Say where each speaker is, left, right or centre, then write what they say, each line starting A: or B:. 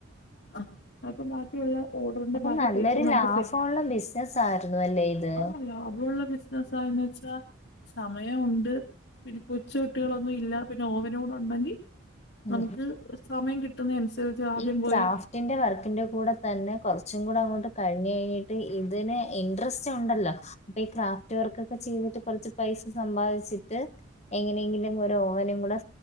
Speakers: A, on the left; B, on the left.
A: ആഹ് അപ്പൊ ബാക്കിയുള്ള ഓർഡറിന്റെ
B: അപ്പൊ
A: ബാക്കി
B: നല്ലൊരു
A: പൈസ നമുക്ക്
B: ലാഭമുള്ള
A: സെറ്റ്
B: ബിസിനസ് ആയിരുന്നു അല്ലേ ഇത്
A: ആഹ് ലാഭമുള്ള ബിസിനസാന്ന് വെച്ചാ സമയം ഉണ്ട് പിന്നെ കൊച്ച് കുട്ടികളൊന്നും ഇല്ല പിന്നെ ഓവനൂടെ ഉണ്ടെങ്കിൽ
B: ഉം
A: നമുക്ക് സമയം കിട്ടുന്ന അനുസരിച്ച് ആദ്യം
B: ഈ ക്രാഫ്റ്റ്
A: പോയി
B: ഇതിന്റെ വർക്കിന്റെ കൂടെ തന്നെ കുറച്ചും കൂടെ അങ്ങോട്ട് കഴിഞ്ഞ് കഴിഞ്ഞിട്ട് ഇതിന് ഇൻട്രസ്റ്റ് ഉണ്ടല്ലോ ഈ ക്രാഫ്റ്റ് വർക്കെക്കെ ചെയ്തിട്ട് കുറച്ച് പൈസ സമ്പാദിച്ചിട്ട് എങ്ങനെയെങ്കിലും ഒരു ഓവനും കൂടെ